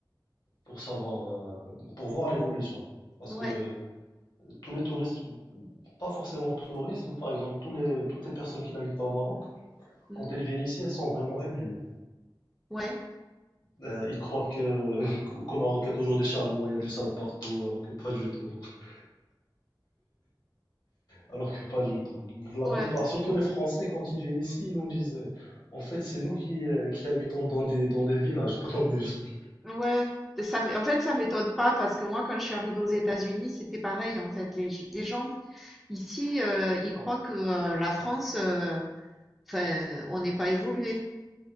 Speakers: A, on the left; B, in the centre.
A: pour savoir, euh, pour voir l'évolution. Parce
B: ouais,
A: que tous les touristes, pas forcément touristes, mais par exemple, tous les, toutes les personnes qui n'habitent pas au Maroc,
B: mhm,
A: Quand ils viennent ici, elles sont vraiment éblouies.
B: ouais,
A: Euh, ils croient que <laughs> qu'au Maroc, il y a toujours des chameaux, il y a du sale partout, alors que pas du tout. <laughs> Alors que pas du tout. La
B: ouais,
A: plupart, surtout les Français, quand ils viennent ici, ils nous disaient, en fait, c'est nous qui, euh, qui habitons dans des, dans des villages, <laughs> pas dans des villes.
B: ouais. Ça, m- en fait, ça m'étonne pas parce que moi, quand je suis arrivée aux États-Unis, c'était pareil, en fait. Les, les gens ici, euh, ils croient que euh, la France. euh, Enfin, on n'est pas évolué.